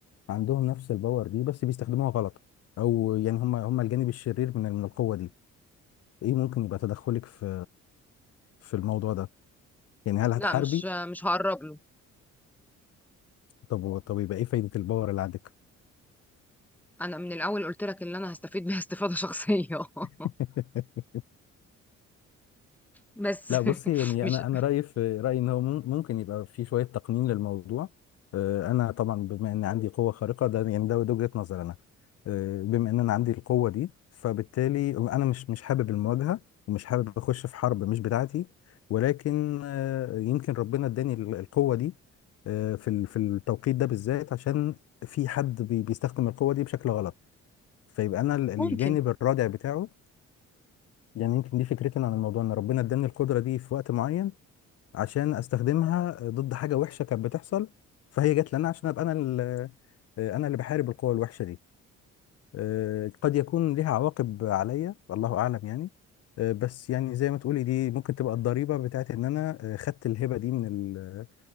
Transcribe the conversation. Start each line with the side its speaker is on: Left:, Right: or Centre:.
Left: عندهم نفس الباور دي بس بيستخدموها غلط او يعني هم هم الجانب الشرير من من القوة دي ايه ممكن يبقى تدخلك في في الموضوع ده يعني هل هتحاربي
Centre: لا مش آه، مش هقرب له
Left: طب طب يبقى ايه فايدة الباور اللي عندك
Centre: انا من الاول قلت لك ان انا هستفيد بيها استفادة شخصية <laughs>
Left: <laughs>
Centre: بس
Left: لا
Centre: <laughs>
Left: بصي يعني
Centre: مش
Left: انا انا رايي في رايي ان هو مم- ممكن يبقى في شويه تقنين للموضوع آه، انا طبعا بما ان عندي قوه خارقه ده يعني ده ده وجهه نظر انا آه، بما ان انا عندي القوه دي فبالتالي انا مش مش حابب المواجهه ومش حابب اخش في حرب مش بتاعتي ولكن آه، يمكن ربنا اداني ال- القوه دي آه، في ال- في التوقيت ده بالذات عشان في حد بي- بيستخدم القوه دي بشكل غلط فيبقى انا ال- الجانب
Centre: ممكن
Left: الرادع بتاعه يعني يمكن دي فكرتي أنا عن الموضوع ان ربنا اداني القدره دي في وقت معين عشان استخدمها ضد حاجه وحشه كانت بتحصل فهي جت لنا عشان ابقى انا ال- آه، انا اللي بحارب القوى الوحشه دي آه، قد يكون ليها عواقب عليا الله اعلم يعني آه، بس يعني زي ما تقولي دي ممكن تبقى الضريبه بتاعت ان انا آه، خدت الهبه دي من ال-